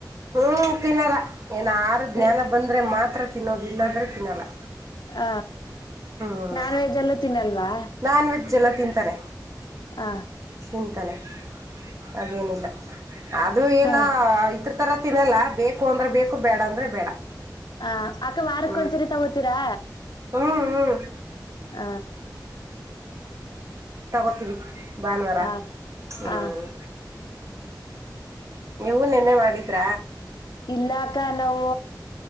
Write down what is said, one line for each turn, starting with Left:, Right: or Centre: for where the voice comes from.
Right: ಹ್ಮ್ ತಿನಲ್ಲ ಏನ ಆರು
Left: ತಿ
Right: ಜ್ಞಾನ ಬಂದ್ರೆ ಮತ್ ಹತ್ರ ತಿನ್ನೋದು ಇಲ್ಲಾಂದರೆ ತಿನ್ನಲ್ಲ
Left: ಹ
Right: ಹ್ಮ್
Left: ನಾನ್ ವೆಜ್ ಎಲ್ಲೂ ತಿನ್ನಲ್ವಾ
Right: ನಾನ್ ವ. ಜ ಎಲ್ಲ ತಿಂತಾರೆ.
Left: ಆ.
Right: ಚಿಂತನೆ. ಅದೇನಿಲ್ಲ ಅದು ಏನ
Left: ಹಾ
Right: ಇದ. ತರ ತಿ ಇರಲ್ಲ ಬೇಕ. ಕು ಅಂದ್ರ ಬೇಕು ಬೇಡ ಅಂದ್ರೆ ಬೇಡ.
Left: ಆ ಅಕ್ಕ ವಾರಕ್ಕ
Right: ಹ್ಮ್
Left: ಒಂದ್ಸರಿ ತಗೋತೀರಾ.
Right: ಹ್ಮ್ ಹ್ಮ್.
Left: ಹ.
Right: ತಗೋತೀವಿ. ಭಾನುವಾರ
Left: ಆ
Right: ಹ್ಮ್.
Left: ಆ
Right: ನೀವು ನೆನ್ನೆ ಮಾಡಿದ್ರ.
Left: ಇಲ್ಲಾಕ ನಾವು